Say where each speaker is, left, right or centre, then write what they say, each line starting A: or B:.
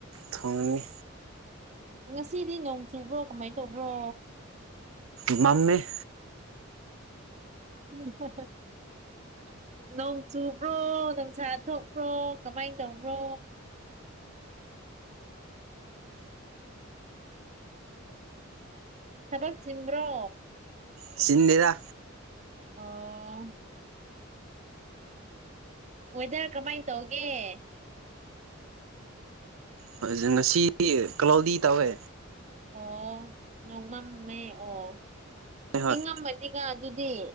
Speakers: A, on the right; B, on the right.
A: ꯊꯣꯡꯉꯅꯤ
B: ꯉꯁꯤꯗꯤ ꯅꯣꯡ ꯆꯨꯕ꯭ꯔꯣ ꯀꯃꯥꯏꯅ ꯇꯧꯕ꯭ꯔꯣ
A: ꯃꯝꯃꯦ
B: ꯎꯝ ꯐ ꯅꯣꯡ ꯆꯨꯕ꯭ꯔꯣ ꯅꯧꯁꯥ ꯊꯣꯛꯄ꯭ꯔꯣ ꯀꯃꯥꯏꯅ ꯇꯧꯕ꯭ꯔꯣ ꯈꯗꯞ ꯆꯤꯟꯕ꯭ꯔꯣ
A: ꯁꯤꯁꯤꯡꯟꯅꯤꯔ
B: ꯑꯣ ꯋꯦꯗꯔ ꯀꯃꯥꯏꯅ ꯇꯧꯒꯦ
A: ꯍꯣꯏ ꯉꯁꯤꯗꯤ ꯀꯂꯥꯎꯗꯤ ꯇꯧꯋꯦ
B: ꯑꯣ ꯅꯣꯡꯃꯃꯦ ꯑꯣ
A: ꯍꯣꯏ
B: ꯏꯪꯉꯝꯃꯅꯤꯒ ꯑꯗꯨꯗꯤ